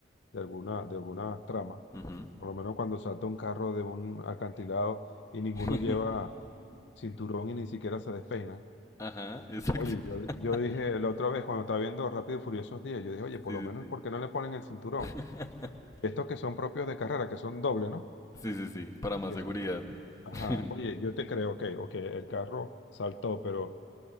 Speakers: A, on the left (about 75°); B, on the left (about 20°).
A: de alguna, de algunas tramas,
B: Ujú.
A: por lo menos cuando salta un carro de un acantilado y ninguno
B: <laughs>
A: lleva cinturón y ni siquiera se despeina
B: Ajá, exacto.
A: Oye, yo,
B: <laughs>
A: yo dije la otra vez cuando estaba viendo Rápido y Furiosos 10, yo dije, oye, por
B: Sí,
A: lo menos,
B: sí, sí.
A: ¿por qué no le ponen el cinturón?
B: <laughs>
A: Estos que son propios de carrera, que son doble, ¿no?
B: Sí, sí, sí, para más
A: Que
B: seguridad.
A: son como- Ajá,
B: <laughs>
A: oye, yo te creo, ok, ok, el carro saltó, pero